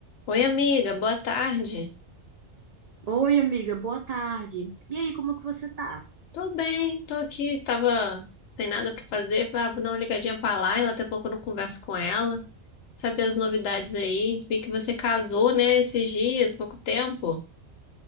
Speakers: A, on the left; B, on the right.
A: Oi, amiga, boa tarde.
B: Oi, amiga, boa tarde. E aí, como é que você tá?
A: Tô bem, tô aqui, tava sem nada pra fazer, falei, ah, vou dar uma ligadinha pra Laila, até pouco eu não converso com ela, saber as novidades aí. Vi que você casou, né, esses dias, pouco tempo.